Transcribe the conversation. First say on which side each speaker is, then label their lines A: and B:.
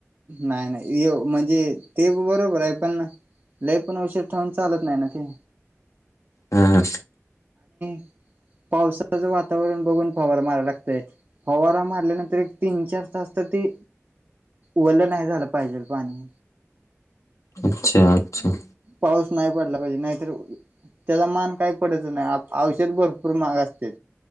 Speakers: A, on the right; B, on the left.
A: नाही नाही म्हणजे ते बरोबर आहे पण लई पण औषध ठेवून चालत नाही ना ते.
B: हम ह
A: <unintelligible> पावसाचं वातावरण बघून फवारा माराला लागतोय फवारा मारल्यानंतर एक तीन चार तास तर ते उरलं नाही झालं पाहिजेल पाणी
B: अच्छा अच्छा
A: पाऊस नाही पडला पाहिजे नाहीतर त्याचा मान काय पडत आयुष्यात भरपूर महाग असते